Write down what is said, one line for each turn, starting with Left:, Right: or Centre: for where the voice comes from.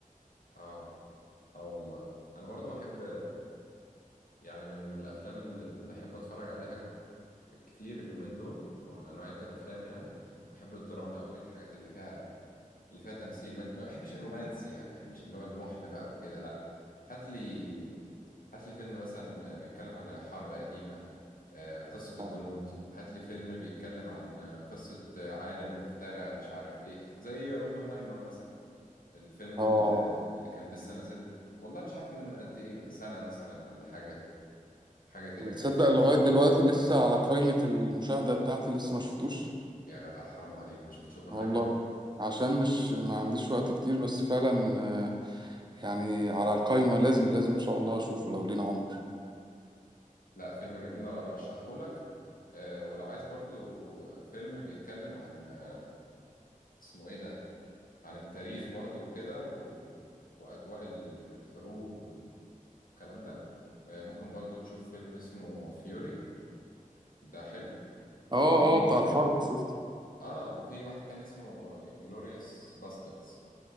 Left: اه اه والله انا برضو بحب يعني من من الافلام اللي اللي احب اتفرج عليها كتير اليومين دول او من انواعية الافلام يعني احب الدراما قوي الحاجات اللي فيها اللي فيها تمثيل ما ما بحبش الرومانسي يعني ما بحبش اللي هو المحن بقى وكده لا هات لي هات لي فيلم مثلا بيتكلم عن حرب قديمة آه، قصة
Right: اه
Left: الجنود هات لي فيلم بيتكلم عن قصة عالم مخترع مش عارف ايه زي اوبنهايمر مثلا الفيلم
Right: اه
Left: اللي, اللي كان لسه نازل والله مش عارف من من قد ايه من سنة مثلا ولا حاجة حاجة كده كان
Right: تصدق
Left: فيلم
Right: لغاية
Left: آه،
Right: دلوقتي لسه
Left: جميل
Right: على قائمة المشاهدة بتاعتي لسه ما شفتوش
Left: يا جدع حرام عليك ما شفتش اوبنهايمر
Right: والله عشان مش ما عنديش وقت كتير بس فعلا آه، يعني على القائمة لازم لازم ان شاء الله اشوفه لو لينا عمر
Left: لا فيلم جميل ارشحه لك آه، ولو عايز برضو فيلم بيتكلم عن آه، اسمه ايه ده عن التاريخ برضو وكده و... واجواء ال- الحروب والكلام ده آه، ممكن برضو تشوف فيلم اسمه فيوري ده حلو
Right: اه
Left: وفي
Right: اه بتاع الحرب
Left: اه
Right: شفته
Left: آه، وفي واحد تاني اسمه انجلوريوس باستردز